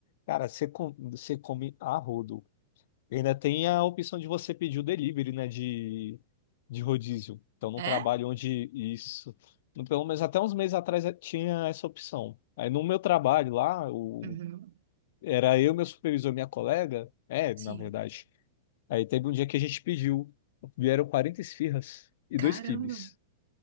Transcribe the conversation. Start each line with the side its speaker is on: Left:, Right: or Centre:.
Left: cara, você com- você come a rodo. E ainda tem a opção de você pedir o delivery, né, de, de rodízio. Então, num
Right: É?
Left: trabalho onde isso, no- pelo menos até uns meses atrás eh, tinha essa opção. Aí no meu trabalho lá, o,
Right: Uhum.
Left: era eu, meu supervisor, minha colega, é,
Right: Sim.
Left: na verdade. Aí teve um dia que a gente pediu, vieram 40 esfirras e dois
Right: Caramba,
Left: quibes.